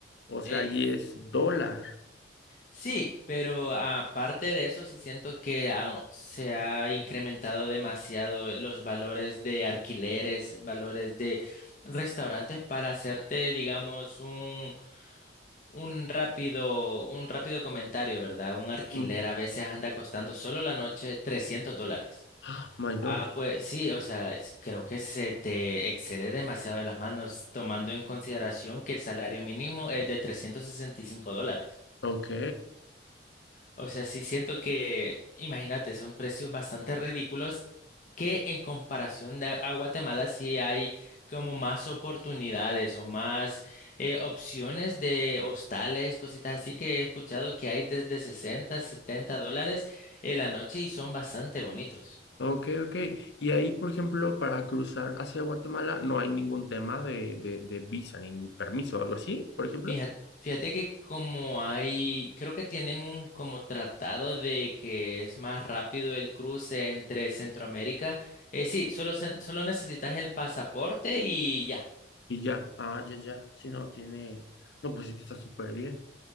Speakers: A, on the left; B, on the left.
A: O sea,
B: eh,
A: allí es dólar.
B: sí, pero aparte de eso, sí siento que ha- se ha incrementado demasiado los valores de alquileres, valores de restaurantes para hacerte, digamos, un un rápido, un rápido comentario, ¿verdad? Un alquiler
A: Ujú.
B: a veces anda costando solo la noche 300 dólares.
A: Ah, my God.
B: Ah, pues sí, o sea, es- creo que se te excede demasiado de las manos tomando en consideración que el salario mínimo es de 365 dólares.
A: Ok,
B: O sea, sí siento que, imagínate, son precios bastante ridículos que en comparación de a a Guatemala sí hay como más oportunidades o más eh, opciones de hostales, cositas así que he escuchado que hay desde 60, 70 dólares en la noche y son bastante bonitos.
A: ok, ok. Y ahí, por ejemplo, para cruzar hacia Guatemala no hay ningún tema de, de, de visa ni permiso o algo así, por ejemplo.
B: Fíjate, fíjate que como hay, creo que tienen un como tratado de que es más rápido el cruce entre Centroamérica. Eh, sí, solo, se- solo necesitas el pasaporte y ya.
A: Y ya, ah, ya, ya, si no tiene, no, pues sí que está súper bien.